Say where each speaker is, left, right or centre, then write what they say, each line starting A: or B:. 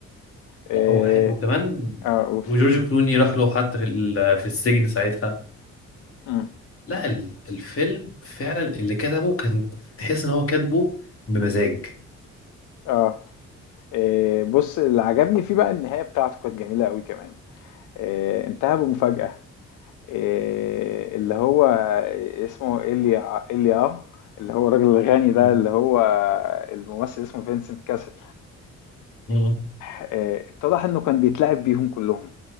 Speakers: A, on the left (about 80°); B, on the left (about 45°).
A: اه
B: لا وح... وكمان
A: آه، قول
B: وجورج كلوني راح له حتى في ال... في السجن ساعتها
A: امم
B: لا ال- الفيلم فعلا اللي كتبه كان تحس ان هو كاتبه بمزاج
A: اه آه، بص اللي عجبني فيه بقى النهاية بتاعته كانت جميلة قوي كمان آه، انتهى بمفاجأة آه، اللي هو اسمه إيليا إيليا اللي هو الراجل الغني ده
B: مم.
A: اللي هو الممثل اسمه فينسنت كاسل
B: مم.
A: آه، اتضح انه كان بيتلاعب بيهم كلهم